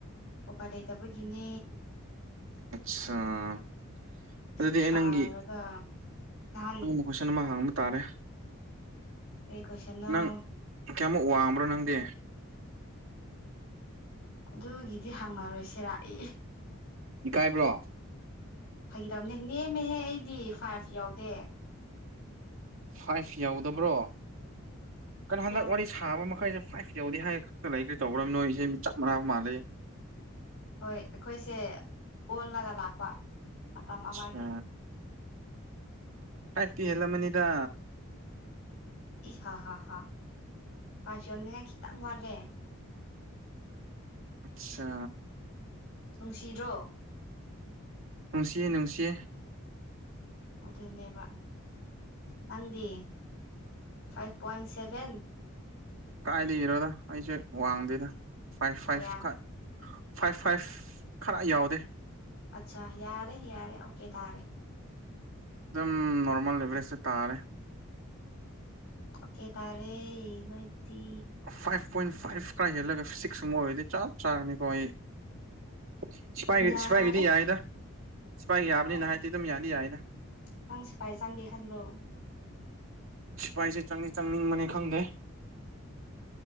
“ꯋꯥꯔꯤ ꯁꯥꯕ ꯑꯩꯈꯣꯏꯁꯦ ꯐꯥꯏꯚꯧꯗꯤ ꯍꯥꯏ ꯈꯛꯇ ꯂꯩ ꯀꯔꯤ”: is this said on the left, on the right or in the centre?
Right